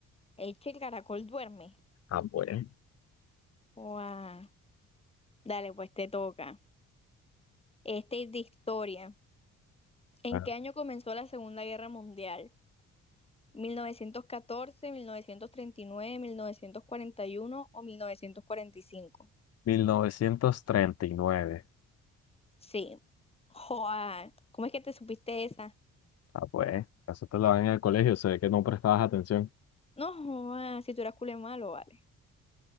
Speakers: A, on the left; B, on the left.
A: Es que el caracol duerme.
B: Ah, pues.
A: Guau. Dale, pues te toca. Este es de historia. ¿En
B: Ah,
A: qué año comenzó la Segunda Guerra Mundial? Mil mil mil novecientos novecientos novecientos catorce, treinta y nueve, mil novecientos cuarenta y uno o 1945?
B: 1939.
A: Sí. Joa, ¿cómo es que te supiste esa?
B: Ah, pues, eso te lo dan en el colegio, se ve que no prestabas atención.
A: No, joa, si tú eras culé malo, vale.